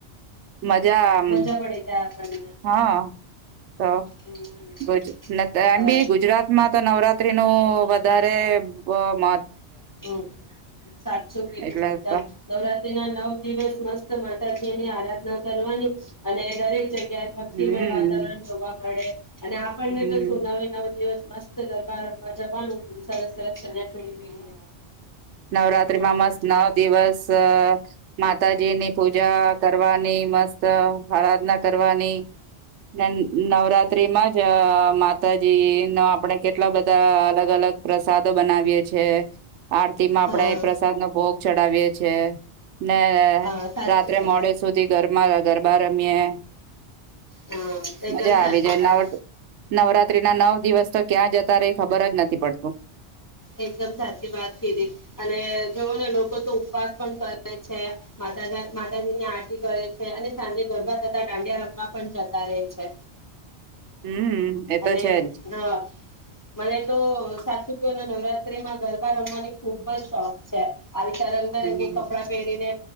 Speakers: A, on the right; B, on the left.
A: મજા આમ
B: મજા પડી જાય આપણને
A: હા તો
B: હમ
A: ગુજ મ એમ
B: અ
A: બી ગુજરાત માં તો નવરા ત્રી નો વધારે અ મ
B: હમ સાતસો કેટું
A: એટલે
B: એકદમ
A: તો
B: નવરા <unintelligible> ના નવ દિવસ મસ્ત માતાજી ની આરાધના કરવાની અને દરેક જગ્યા ભક્તિમય
A: હમ
B: વાતાવરણ જોવા મળે અને આપણને
A: હમ
B: તો સો નવે નવ દિવસ મસ દરબાર જવાનું સરસ સરસ ચણિયાચોળી પહેરીને
A: નવરાત્રી
B: હમ
A: માં મસ્ત નવ દિવસ સ માતાજી ની પૂજા કરવાની મસ્ત ત આરાધના કરવાની ને નવરાત્રી માં જ મા માતાજી નો આપડે કેટલા બધા અલગ અલગ પ્રસાદો બનાવીએ છે. આરતી માં આપણેે
B: હા
A: પ્રસાદ નો ભોગ ચડાવીએ છે. ને
B: હા સાચી
A: રાત્રે
B: વાત
A: મોડે સુધી ગરમાં ગરબા રમીએ
B: હા એકદમ
A: મજા
B: સાચી
A: આવી જાય
B: વાત
A: નવ નવરા નવરાત્રીના નવ દિવસ તો ક્યાં જતા રહે ખબર જ નથી. પડતું.
B: એકદમ સાચી વાત કીધી, અને જોવ ને લોકો તો ઉપવાસ પણ કરે છે, માતાજી ની આરતી કરે છે અને સાંજે ગરબા થતા દાંડિયા રમવા પણ જતા રહે છે.
A: હમ એ
B: અને
A: તો છે જ
B: હ મને તો સાચું કહો ને તો. નવરાત્રીમાં ગરબા રમવાની ખુબ જ શોખ છે! હા તૈયાર થઈને રંગબેરંગી
A: હમ
B: કપડાં પહેરીને.